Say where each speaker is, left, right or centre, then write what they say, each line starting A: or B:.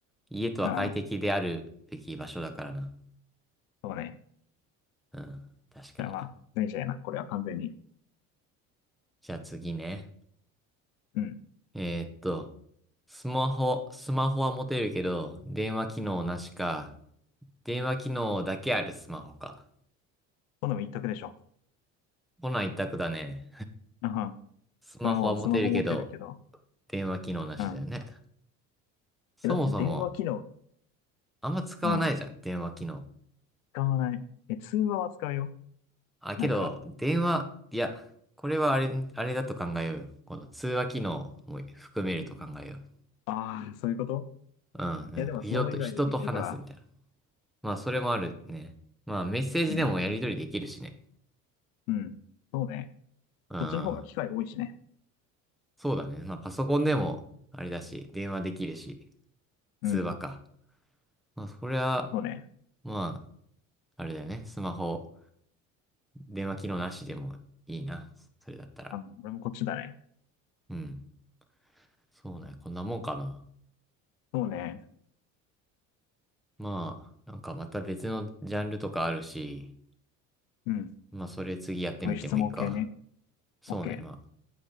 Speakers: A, in the centre; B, on the left.
A: 家とは快適であるべき場所だからな。
B: うん。そうね。
A: うん。確かに。
B: じゃあまあ、脱いじゃえな。これは完全に。
A: じゃあ次ね。
B: うん。
A: えーっと、スマホ、スマホは持てるけど、電話機能なしか、電話機能だけあるスマホか。
B: 今度も言っとくでしょ。
A: こない一択だね。
B: うん。
A: スマホは持てるけど、
B: これもうスマホ持ってるけど。
A: 電話機能なしだよね。
B: うん。
A: そもそも、
B: え、だって電話機能、
A: あんま使わないじゃん、
B: うん。
A: 電話機能。
B: 使わない。え、通話は使うよ。
A: あ、けど、
B: なんか、
A: 電話、いや、これはあれ、あれだと考えようよ。この通話機能も含めると考えよう。
B: ああ、そういうこと
A: うん。
B: いや、でもスマホ以外でできるから。
A: 人と、人と話すみたいな。まあ、それもあるね。まあ、メッセージでもやり取りできるしね。
B: うん。うん。そうね。
A: うん。
B: そっちの方が機会多いしね。
A: そうだね。まあ、パソコンでも、あれだし、電話できるし、通話か。
B: うん。
A: まあ、そりゃ、
B: そうね。
A: まあ、あれだよね。スマホ、電話機能なしでもいいな。それだったら。
B: あ、俺もこっちだね。
A: うん。そうね。こんなもんかな。
B: そうね。
A: まあ、なんかまた別のジャンルとかあるし、
B: うん。
A: まあ、それ次やってみてもいいか。
B: こういう質問系ね。
A: そうね。
B: オッケー。
A: ま